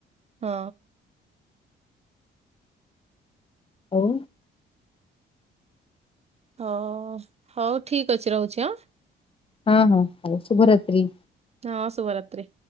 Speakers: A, on the right (about 35°); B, on the left (about 25°).
A: ହଁ।
B: ଆଉ।
A: ହ ହଉ ଠିକ ଅଛି ରହୁଛି ହଁ।
B: ହଁ ହଁ ହୋଉ ଶୁଭରାତ୍ରି।
A: ହଁ ଶୁଭରାତ୍ରି।